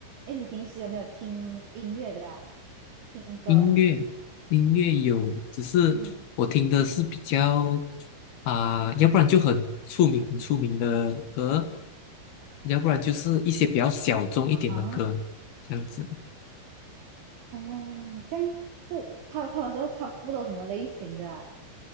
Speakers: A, on the right; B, on the left.
A: 哎，你平时有没有听音乐的啊？听歌？
B: 音乐，音乐有，只是我听的是比较
A: 嗯，
B: 啊、要不然就很出名、很出名的歌，要不然就是一些比较小众一点的歌，
A: 啊哈，
B: 这样子
A: 哦，这样这差他们都差不多什么类型的啊？